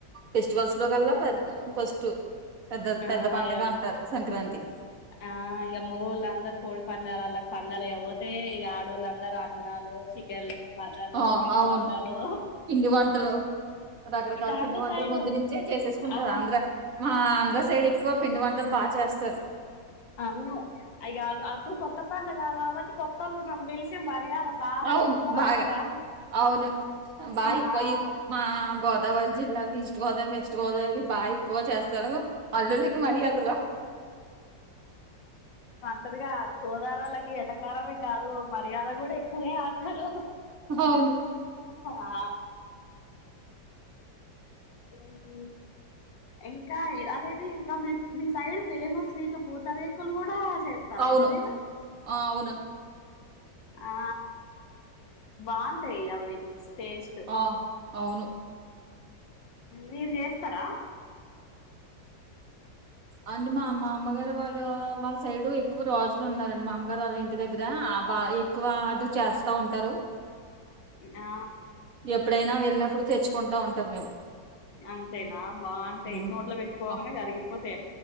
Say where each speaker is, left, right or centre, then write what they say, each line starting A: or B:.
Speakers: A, on the right (about 50°); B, on the left (about 80°).
A: ఫెస్టివల్స్ లో కల్ల పెద్ద ఫస్ట్ పెద్ద
B: ఆ
A: పెద్ద పండగ
B: ఇగ
A: అంటారు సంక్రాంతి
B: ఆ మగోళ్ళ అందరు కోడి పందాలు పందలు ఇవ్వోతే ఈ ఆడోళ్ళ అందరూ అన్నాలు చికెన్లు మటన్లు
A: ఆ
B: పిండి
A: అవును
B: వంటలు
A: పిండి వంటలు రకరకాల
B: ఇంకా ఆంధ్ర
A: పిండి వంటలు
B: సైడు
A: ముందునుంచే చేసేసుకుంటారు
B: ఆ
A: అంద్ర మా అంద సైడ్ ఎక్వ పిండి వంటలు బాగా చేస్తా
B: అవును అ అప్పుడు కొ కొత్త పండుగ కాబట్టి కొత్తళ్ళు పిలిచి మర్యాద బాగా
A: అవును
B: చేస్తారంటగా
A: బాగా అవును బాయికియి
B: ఆ
A: మా గ గోదవరి జిలా లో ఇస్ట్ గోదావరి వెస్ట్ గోదావరి బాగా ఎక్కువ చేస్తారు అల్లులికి మర్యాదలు
B: అంటారుగా గోదారోలకి ఎటకారమే కాదు మర్యాద కూడా ఎక్కువే అంటారు
A: అవును
B: ఆ అదేలే ఇంకా అదేది ఇంకా మీ మీ సైడ్ ఫేమస్ స్వీట్ పూతరేకులు కూడా చేస్తారా
A: అవును
B: అండి మీరు
A: ఆ అవును
B: ఆ బాగుంటాయి అవి టేస్ట్
A: ఆ అవును
B: మీరు చేస్తార
A: అండ్ మా మామగారు వాళ్ళ వాళ్ళ సైడ్ ఎక్కువ రాజులు ఉన్నారండి మా అమ్మ ారు వాళ్ళ ఇంటి దగ్గర ఎక్కువ అటు చేస్తా ఉంటారు
B: ఆ
A: ఎప్పుడైనా వెళ్ళినప్పుడు తెచ్చుకుంటా ఉంటాం మేము
B: అంతేనా బాగుంటాయి
A: ఉహు.
B: నోట్లో పెట్టుకోగానే
A: ఆ
B: కరిగిపో